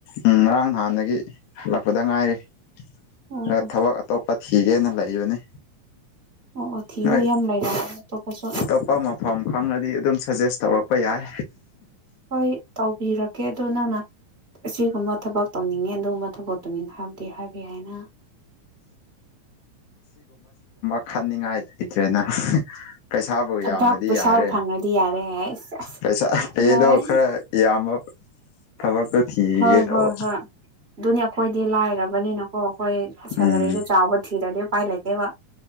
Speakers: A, on the left; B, on the right.
A: ꯎꯝ ꯉꯔꯥꯡ ꯅꯍꯥꯟꯗꯒꯤ ꯍꯜꯂꯛꯄꯗ ꯉꯥꯏꯔꯤ
B: ꯑꯣ
A: ꯈꯔ ꯊꯕꯛ ꯑꯇꯣꯞꯄ ꯊꯤꯒꯦꯅ ꯂꯩꯕꯅꯤ
B: ꯑꯣ ꯑꯣ ꯊꯤꯌꯣ
A: ꯅꯣꯏ
B: ꯌꯥꯝ ꯂꯩꯔꯝꯒꯅꯤ ꯑꯇꯣꯞꯄꯁꯨ
A: ꯑꯇꯣꯞꯄ ꯃꯐꯝ ꯈꯪꯉꯗꯤ ꯑꯗꯨꯝ ꯁꯖꯦꯁ ꯇꯧꯔꯛꯄ ꯌꯥꯏ
B: ꯍꯣꯏ ꯇꯧꯕꯤꯔꯛꯀꯦ ꯑꯗꯨ ꯅꯪꯅ ꯑꯁꯤꯒꯨꯝꯕ ꯊꯕꯛ ꯇꯧꯅꯤꯡꯉꯦ ꯑꯗꯨꯝꯕ ꯊꯕꯛꯇꯨꯅꯤꯡ ꯍꯥꯏꯕꯗꯤ ꯍꯥꯏꯕ ꯌꯥꯏꯅ
A: ꯍꯥꯞꯅꯤꯡꯉꯥꯏ ꯂꯩꯇ꯭ꯔꯦꯅ ꯄꯩꯁꯥꯕꯨ
B: ꯊꯕꯛ
A: ꯌꯥꯝꯃꯗꯤ
B: ꯄꯩꯁꯥꯕꯨ
A: ꯌꯥꯔꯦ
B: ꯐꯪꯉꯗꯤ ꯌꯥꯔꯦ ꯑꯁ ꯑꯁ
A: ꯄꯩꯁꯥ ꯄꯦꯗꯣ
B: ꯌꯥꯔꯦ
A: ꯈꯔ ꯌꯥꯝꯕ ꯊꯕꯛꯇꯣ ꯊꯤꯒꯦ
B: ꯍꯣꯏ
A: ꯇꯧꯕ
B: ꯍꯣꯏ ꯍꯣꯏ ꯑꯗꯨꯅꯤ ꯑꯩꯈꯣꯏꯗꯤ ꯂꯥꯏꯔꯕ ꯕꯅꯤꯅꯀꯣ ꯑꯩꯈꯣꯏ ꯁꯦꯜꯂꯔꯤꯗꯣ
A: ꯎꯝ
B: ꯆꯥꯎꯕ ꯊꯤꯗ꯭ꯔꯗꯤ ꯎꯄꯥꯏ ꯂꯩꯇꯦꯕ